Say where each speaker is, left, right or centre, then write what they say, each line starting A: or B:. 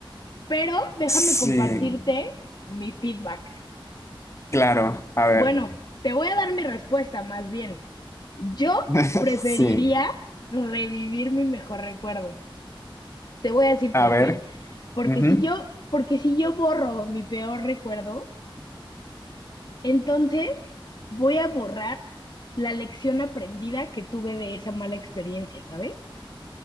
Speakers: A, on the left; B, on the left.
A: pero déjame
B: Sí,
A: compartirte mi feedback.
B: claro. A ver.
A: Bueno, te voy a dar mi respuesta más bien. Yo
B: <laughs>
A: preferiría
B: Sí,
A: revivir mi mejor recuerdo. Te voy a decir
B: a
A: por
B: ver.
A: qué. Porque
B: Ujú.
A: si yo, porque si yo borro mi peor recuerdo, Entonces, voy a borrar la lección aprendida que tuve de esa mala experiencia, ¿sabes?